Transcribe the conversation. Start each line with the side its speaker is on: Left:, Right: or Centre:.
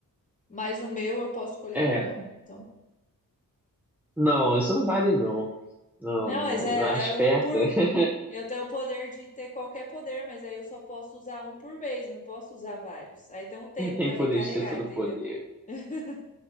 Left: Mas o meu eu posso escolher
Centre: É,
Left: qualquer um. Então.
Centre: não, isso não vale
Left: <laughs>
Centre: não. Não,
Left: Não,
Centre: não,
Left: mas é,
Centre: não é esperta.
Left: é um por.
Centre: <laughs>
Left: Eu tenho o poder de ter qualquer poder, mas aí eu só posso usar um por vez, não posso usar vários. Aí tem um tempo
Centre: Ele tem
Left: pra
Centre: poder
Left: recarregar,
Centre: de ter todo
Left: entendeu?
Centre: o poder. <laughs>
Left: <laughs>